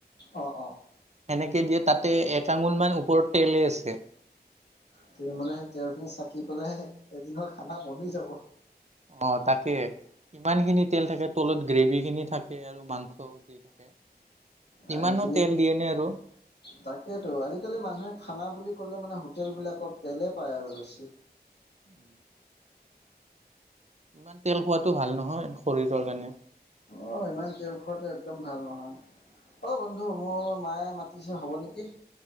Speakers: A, on the left; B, on the right.
A: অ', অ',
B: এনেকে দিয়ে তাতে এক আঙুল মান ওপৰত তেলে আছে
A: তুমি মানে সেই তেল খিনি চাক কি পেলাই এদিনৰ খানা বনি যাব।
B: অ' তাকে ইমান খিনি তেল থাকে তলত গ্ৰেভি খিনি থাকে আৰু মাংস দি থাকে।
A: সেইখিনি
B: ইমানো তেল দিয়ে নে আৰু
A: তাকেইতো আজিকালি মানুহে খানা বুলি ক'লে মানে হোটেলবিলাকত তেলেই পায় আৰু বেছি।
B: <inaudible> ইমান তেল খোৱাটো ভাল নহয় শৰীৰৰ কাৰণে।
A: অ', ইমান তেল খোৱাটো একদম ভাল নহয়। অ', বন্ধু মোৰ মায়ে মাতিছে হব নেকি।